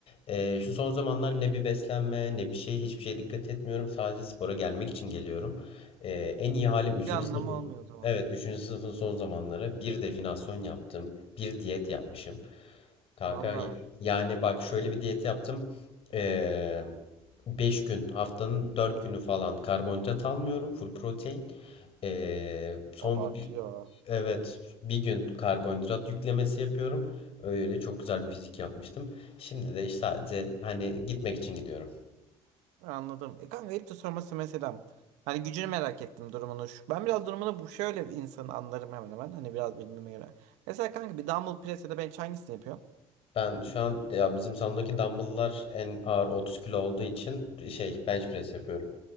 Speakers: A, on the left; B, on the right.
A: Ee, şu son zamanlar ne bir beslenme ne bir şey hiçbir şeye dikkat etmiyorum. Sadece spora gelmek için geliyorum. Ee, en iyi halim 3.
B: Bir anlamı olmuyor o zaman.
A: Evet üçüncü sınıfın son zamanları bir definasyon yaptım. Bir diyet yapmışım. Kanka
B: Valla
A: yani bak şöyle bir diyet yaptım. Ee, 5 gün haftanın 4 günü falan karbonhidrat almıyorum. Full protein. Ee, son
B: abartıyor.
A: bir, evet bir gün karbonhidrat yüklemesi yapıyorum. Öyle çok güzel bir fizik yapmıştım. Şimdi de işte sadece hani gitmek için gidiyorum.
B: Anladım. E kanka hep de sorması mesela, Hani gücünü merak ettim durumunu. Şu- Ben biraz durumunu bu şöyle bir insanı anlarım hemen hemen. Hani biraz bilmeme göre. Mesela kanka bir dumbbell press ya da bench hangisini yapıyorsun?
A: Ben şu an ya bizim salondaki dumbbell'lar en ağır 30 kilo olduğu için şey bench press yapıyorum.